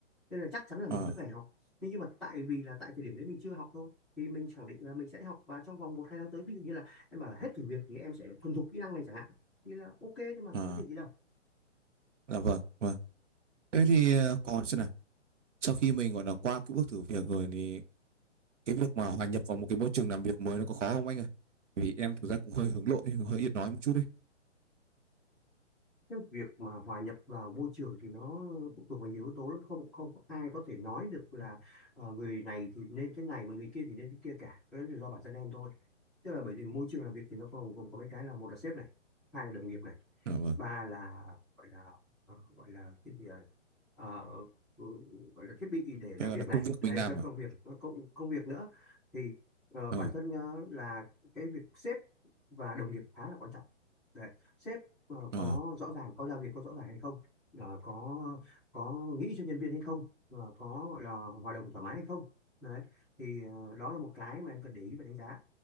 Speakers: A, in the centre; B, on the right (about 75°).
A: nên là chắc chắn là mình
B: à,
A: vẫn phải học nhưng nhưng mà tại vì là tại thời điểm đấy mình chưa học thôi thì mình khẳng định là mình sẽ học và trong vòng một hai tháng tới ví dụ như là em bảo là hết thử việc thì em sẽ thuần thục kỹ năng này chẳng hạn thì là ok thôi mà có
B: à,
A: vấn đề gì đâu
B: dạ vâng, vâng. Thế thì ờ, còn xem nào. Sau khi mình gọi là qua cái bước thử việc rồi thì cái việc mà hòa nhập vào một cái môi trường làm việc mới nó có khó không anh ơi? Vì em thực ra cũng hơi hướng nội, hơi ít nói một chút đấy.
A: cái việc mà hòa nhập vào môi trường thì nó phụ thuộc vào nhiều yếu tố lắm không không có ai có thể nói được là ờ, người này thì nên thế này mà người kia thì nên thế kia cả cái đó là do bản thân em thôi tức là bởi vì môi trường làm việc thì nó gồm gồm có mấy cái là một là sếp này hai là đồng nghiệp này
B: Dạ vâng.
A: ba là gọi là ờ, gọi là cái gì à? ờ, ừ, gọi là thiết bị để làm
B: Cái gọi
A: việc
B: là
A: này
B: công việc
A: đấy
B: mình làm
A: các
B: ạ.
A: công việc các công công việc nữa thì ờ,
B: Ờ,
A: bản thân ờ, là cái việc sếp và đồng nghiệp khá là quan trọng đấy sếp ờ, có
B: ờ,
A: rõ ràng có giao việc có rõ ràng hay không Ờ, có có nghĩ cho nhân viên hay không và có gọi là hòa đồng thoải mái hay không đấy thì ờ, đó là một cái mà em cần để ý và đánh giá